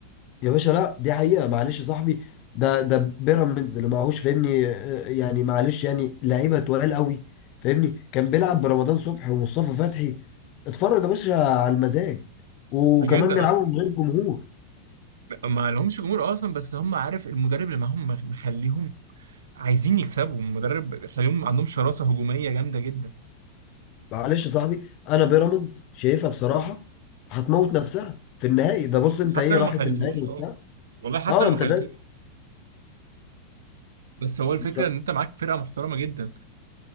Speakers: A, on the left; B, on the right.
A: يا باشا لا دي حقيقه معلش يا صاحبي ده ده بيراميدز اللي معهوش فاهمني آه، يعني معلش يعني لعيبه تقال قوي فاهمني كان بيلعب برمضان صبحي ومصطفى فتحي اتفرج يا باشا على المزاج وكمان
B: جدا
A: بيلعبوا
B: اه
A: من غير جمهور
B: ما لهمش جمهور اصلا بس هم عارف المدرب اللي معاهم مخ- مخليهم عايزين يكسبوا المدرب خليهم عندهم شراسه هجوميه جامده جدا
A: معلش يا صاحبي انا بيراميدز شايفها بصراحه هتموت نفسها في النهائي ده بص انت
B: حتى
A: ايه
B: لو
A: راحت
B: ما خدتوش
A: النهائي وبتاع
B: اه والله حتى
A: اه
B: لو
A: انت
B: ما خدتوش
A: فاهم
B: بس هو
A: بص-
B: الفكره ان انت معاك فرقه محترمه جدا